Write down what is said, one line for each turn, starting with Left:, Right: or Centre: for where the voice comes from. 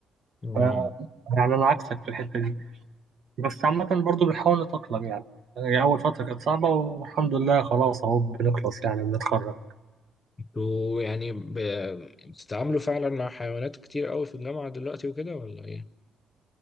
Left: مم.
Right: ف- يعني انا عكسك في الحته دي بس عامه برضو بنحاول نتاقلم يعني يعني اول فتره كانت صعبه والحمد لله خلاص اهو بنخلص يعني بنتخرج
Left: انتوا يعني ب- بتتعاملوا فعلا مع حيوانات كتير أوي في الجامعة دلوقتي وكده ولا إيه؟